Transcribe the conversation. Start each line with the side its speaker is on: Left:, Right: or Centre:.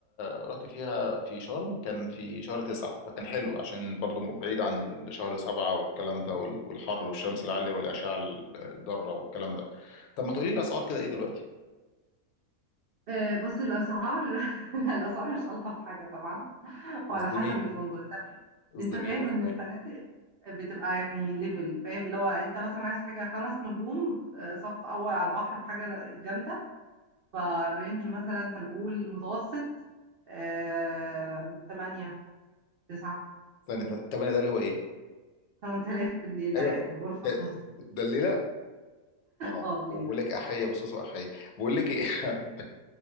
Left: آه، رحت فيها في شرم كان في شهر تسعة فكان حلو عشان برضو م- بعيد عن الشهر سبعة والكلام ده وال- والحر
Right: اه
Left: والشمس العالية والأشعة ال- الضارة والكلام ده طب ما تقولي لي الأسعار كده ايه دلوقتي
Right: آه، بس الاسعار <laughs> لا الاسعار مش الطف حاجه طبعا وعلى
Left: اصدميني
Right: حسب الفندق انت
Left: اصدميني
Right: انت فاهم
Left: اصدميني
Right: ان الفنادق بتبقى يعني ليفل فاهم اللي هو انت مثلا عايز حاجه خمس نجوم آه، صف اول على البحر بحاجه جامده فالرينج مثلا هنقول متوسط آه، 8 9
Left: ثانية طب طب أنا ده اللي هو ايه
Right: 8000 في الليله
Left: ايوه
Right: يعني الغرفه
Left: ده
Right: <laughs>
Left: ده الليلة اه
Right: اه الليله
Left: بقول لك أحية وسوسو أحية بقول لك ايه <laughs>